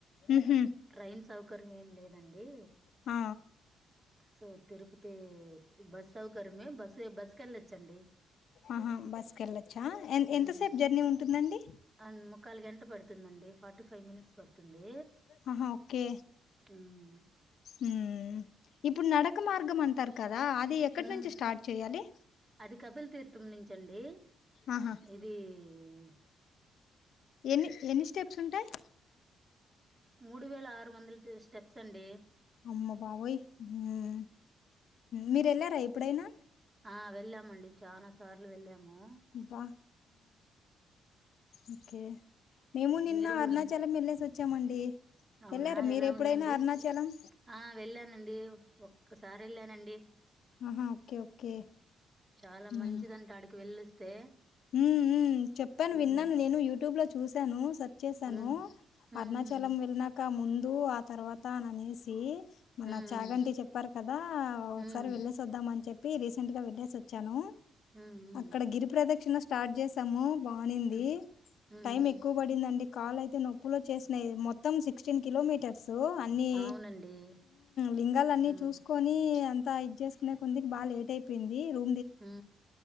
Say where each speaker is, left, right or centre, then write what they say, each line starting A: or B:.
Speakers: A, on the left; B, on the right.
A: హుహు.
B: ట్రైన్ సౌకర్యం ఏం లేదండి
A: ఆ
B: సో తిరుపతి బస్ సౌకర్యమే బస్సు బస్సుకి వెళ్ళొచ్చండి
A: ఆహా బస్క వెళ్ళచ్చా ఎ
B: ఉమ్
A: ఎంతసేపు జర్నీ ఉంటుందండి
B: అండ్ ముక్కాలు గంట పడుతుందండి ఫార్టీ ఫైవ్ మినిట్స్ పడుతుంది
A: ఆహా ఓకే
B: ఉమ్
A: ఉమ్ ఇప్పుడు నడక మార్గం అంటారు కదా కదా అది ఎక్కడి
B: ఉమ్
A: నుంచి స్టార్ట్ చేయాలి
B: అది కపిల్ తీర్థం నుంచండి
A: ఆహా
B: ఇది అ
A: ఎన్ని ఎన్ని స్టెప్స్ ఉంటాయి
B: మూడు వేల ఆరు వందల స్టెప్స్ అండి
A: అమ్మ బాబోయ్ మ్మ్ మీరు వెళ్ళారా ఎప్పుడైనా
B: ఆ వెళ్ళామండి చాల సార్లు వెళ్ ము
A: బా ఓకే మేము నిన్న
B: మీరు కూడారు
A: అరుణాచలం వెళ్ళేసి వచ్చామండి
B: అవునా
A: వెళ్ళారా మీరు
B: ఎలా
A: ఎప్పుడైనా
B: ఉందండి
A: అరుణాచలం
B: ఆ వెళ్ళానండి ఒక్కసారి వెళ్ళానండి
A: ఆహా ఓకే ఓకే
B: చాలా
A: ఉమ్
B: మంచిదంట ఆడికి వెళ్ళొస్తే.
A: ఉమ్ చెప్పాను
B: హ్మ్.
A: విన్నాను నేను యూట్యూబ్ లో చూసి ను స వచ్చసాను
B: హ్మ్. హ్మ్.
A: అరుణాచలం వెళ్ళినక ముందు ఆ తర్వాత ననేసి మన
B: హ్మ్. హ్మ్.
A: చాగంతి చెప్పారు కదా
B: హ్మ్.
A: ఒకసారి వెళ్లేసి వద్దామ అని చెప్ రీసెంట్గా వెళ్ చఛను
B: హ్మ్.
A: అక్కడ గిరిపరదక్షిణ స్ స్టార్ట్ చేసాము బానింది
B: హ్మ్. హ్మ్.
A: టైం ఎక్కువ పడిందండి కాలు అయితే నొప్పుిలో చేసినాయి మొత్తం సిక్స్టీన్ కిలోమీటర్స్ అన్ని
B: అవునండి.
A: లింగాల అన్ని
B: హ్మ్.
A: చూసుకొని అంతా చేసుకునే కొందుకి బాగా లేట్ అయిపోయింది రూ
B: ఆ